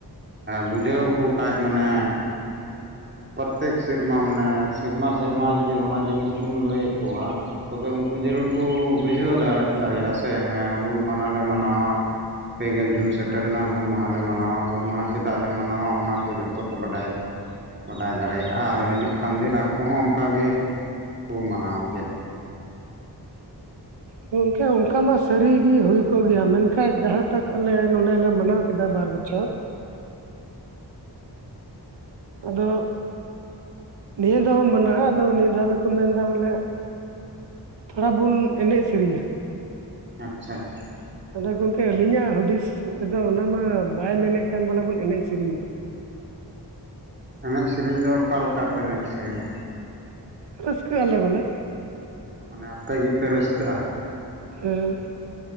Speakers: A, on the right; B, on the right.
A: ᱵᱩᱡᱷᱟᱹᱣ ᱠᱚ ᱠᱷᱟᱡ ᱢᱟᱱᱮ ᱯᱨᱚᱛᱮᱠ ᱥᱮᱨᱢᱟ ᱢᱟᱱᱮ ᱥᱮᱨᱢᱟ, ᱥᱮᱨᱢᱟ ᱡᱩᱫᱤ ᱚᱱᱟ ᱡᱤᱱᱤᱥ ᱵᱚᱱ ᱞᱟᱹᱭ ᱠᱚᱣᱟ᱾ ᱛᱚᱵᱮ ᱩᱝᱠᱩ ᱡᱟᱹᱨᱩᱲ ᱠᱚ ᱵᱩᱡᱷᱟᱹᱣ ᱫᱟᱲᱮᱭᱟᱜᱼᱟ ᱥᱮ ᱦᱮᱸ ᱦᱩᱞ ᱢᱟᱱᱟᱞᱮ ᱢᱟᱱᱟᱣᱟ᱾ ᱯᱮᱜᱮᱞ ᱡᱩᱱ ᱥᱮᱴᱮᱨᱮᱱᱟ, ᱦᱩᱞ ᱢᱟᱦᱟᱞᱮ ᱢᱟᱱᱟᱣᱟ ᱦᱩᱞ ᱢᱟᱦᱟ ᱪᱮᱫᱟᱜ ᱞᱮ ᱢᱟᱱᱟᱣᱟ ᱚᱱᱟᱠᱚ ᱡᱚᱛᱚ ᱠᱚ ᱵᱟᱰᱟᱭᱟ᱾ ᱵᱟᱰᱟᱭ ᱫᱟᱲᱮᱭᱟᱜᱼᱟ ᱟᱨ ᱦᱤᱡᱩᱜ ᱠᱟᱱ ᱫᱤᱱ ᱟᱠᱚ ᱦᱚᱸ ᱚᱱᱠᱟ ᱜᱮ ᱠᱚ ᱢᱟᱱᱟᱣ ᱠᱮᱭᱟ᱾
B: ᱜᱚᱝᱠᱮ ᱚᱱᱠᱟ ᱢᱟ ᱥᱟᱹᱨᱤ ᱜᱤ ᱦᱩᱭ ᱠᱚᱜ ᱜᱮᱭᱟ ᱢᱮᱱᱠᱷᱟᱡ ᱡᱟᱦᱟᱸ ᱛᱟᱜ ᱟᱞᱮ ᱱᱚᱰᱮᱞᱮ ᱢᱟᱱᱟᱣ ᱠᱮᱫᱟ ᱵᱟᱨ ᱵᱚᱪᱷᱚᱨ ᱟᱫᱚ ᱱᱤᱭᱟᱹ ᱫᱷᱟᱣ ᱢᱟᱱᱟᱜᱼᱟ ᱟᱫᱚ ᱱᱤᱭᱟᱹ ᱫᱷᱟᱣ ᱫᱚᱠᱚ ᱢᱮᱱᱫᱟ ᱵᱚᱞᱮ ᱛᱷᱚᱲᱟ ᱵᱚᱱ ᱮᱱᱮᱡ ᱥᱮᱨᱮᱧᱟ᱾
A: ᱟᱪᱪᱷᱟ ᱟᱪᱪᱷᱟ᱾
B: ᱟᱫᱚ ᱜᱚᱝᱠᱮ ᱟᱹᱞᱤᱧᱟᱜ ᱦᱩᱫᱤᱥ ᱫᱚ ᱚᱱᱟ ᱢᱟ ᱵᱟᱭ ᱢᱮᱱᱮᱫ ᱠᱟᱱ ᱵᱚᱞᱮ ᱵᱚᱱ ᱮᱱᱮᱡ ᱥᱮᱨᱮᱧᱼᱟ᱾
A: ᱮᱱᱮᱡ ᱥᱮᱨᱮᱧ ᱫᱚ ᱚᱠᱟ ᱞᱮᱠᱟ ᱯᱮ ᱮᱱᱮᱡ ᱥᱮᱨᱮᱧᱟ᱾
B: ᱨᱟᱹᱥᱠᱟᱹᱜ ᱟᱞᱮ ᱵᱚᱞᱮ᱾
A: ᱢᱟᱱᱮ ᱟᱯᱮ ᱜᱮᱯᱮ ᱨᱟᱹᱥᱠᱟᱹᱜᱼᱟ᱾
B: ᱦᱩᱸ